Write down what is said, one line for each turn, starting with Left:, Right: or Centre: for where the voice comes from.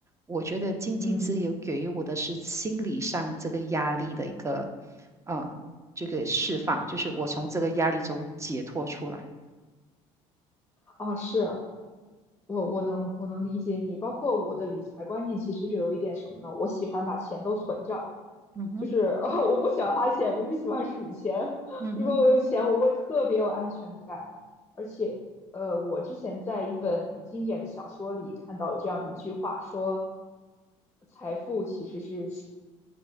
Right: 我觉得经济自由给予我的是心理上这个压力的一个
Left: 嗯，
Right: 呃这个释放，就是我从这个压力中解脱出来。
Left: 啊，是我我能我能理解你，包括我的理财观念其实是有一点什么呢？我喜欢把钱都存着，
Right: 嗯哼，
Left: 就是 <laughs> 哦，我不喜欢花钱，我就喜欢数钱。<laughs>
Right: 嗯哼，
Left: 如果我有钱，我会特别有安全感。而且，呃，我之前在一本很经典的小说里看到有这样一句话，说财富其实是。